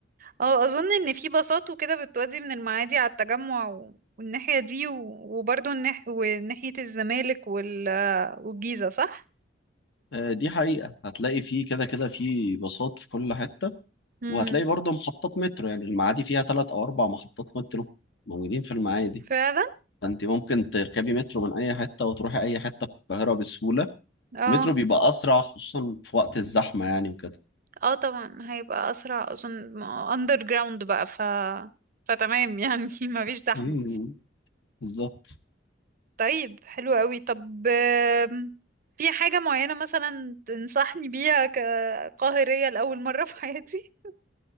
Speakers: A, on the right (about 45°); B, on the left (about 65°).
A: اه اظن ان في باصات وكده بتودي من المعادي على التجمع و- والناحية دي و- وبرضه الناح... وناحية الزمالك وال... والجيزة صح؟
B: آه، دي حقيقة هتلاقي فيه كده كده فيه باصات في كل حتة
A: امم
B: وهتلاقي برضه محطات مترو يعني المعادي فيها تلات أو أربع محطات مترو موجودين في المعادي
A: فعلا
B: فأنت ممكن تركبي مترو من أي حتة وتروحي أي حتة في القاهرة بسهولة
A: اه
B: المترو بيبقى أسرع خصوصا في وقت الزحمة يعني وكده
A: اه طبعا هيبقى اسرع اظن اندر جراوند بقى ف فتمام يعني <laughs> ما فيش زحمة
B: مم، بالظبط
A: طيب حلو قوي طب آم، في حاجة معينة مثلا تنصحني بيها كقاهرية لأول مرة في حياتي؟